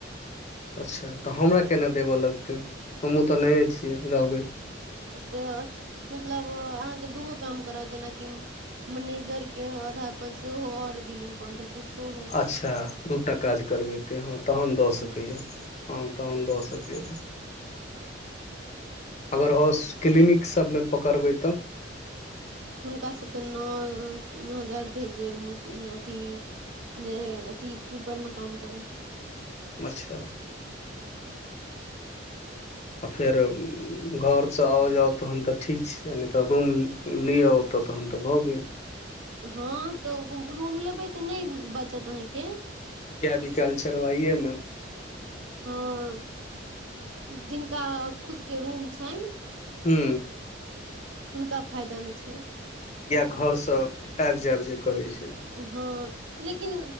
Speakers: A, on the left (about 35°); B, on the right (about 80°).
A: अच्छा तऽ हमरा केना देबय लगतै हमहूँ त नये छियै रहबै
B: तऽ मतलब अहाँकेँ दूगो काम करत जेनाकि मैनेजर के आधा पर सेहो आओर बिलिग काउंटर पर सेहो
A: अच्छा दुटा काज करबेते ह तहन दऽ
B: हूँ
A: सकैया ह तहन दऽ सके अगर हाउस क्लिनिक सभमे पकड़बै तब
B: हुनका सभके नौ हजार जे अथि जे अथि स्वीपर मे काम कर
A: अच्छा आ फेर घरसँ आउ जाउ तहन तऽ ठीक छै आ नहि तऽ रूम लिअ ओतऽ तहन तऽ भऽ गेल
B: हँ तऽ रूम लेबै तऽ नइ बचत अहाँके
A: गाय बिकेल चरवाहिए
B: हँ जिनका खुद के रूम छैन
A: हू
B: हुनका फायदा मे छैन
A: घर सभ आबि जायब जे करे छै
B: ह लेकिन